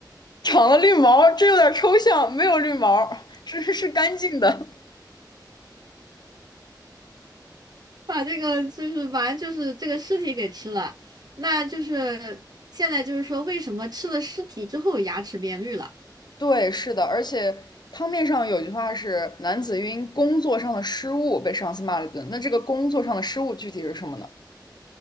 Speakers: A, on the left (about 65°); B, on the right (about 60°).
A: 长了绿毛这有点抽象，没有绿毛是是是干净的。
B: 把这个就是反正就是这个尸体给吃了，那就是现在就是说为什么吃了尸体之后牙齿变绿了
A: <laughs> 对，是的，而且汤面上有句话是“男子因工作上的失误被上司骂了一顿”，那这个工作上的失误具体是什么呢？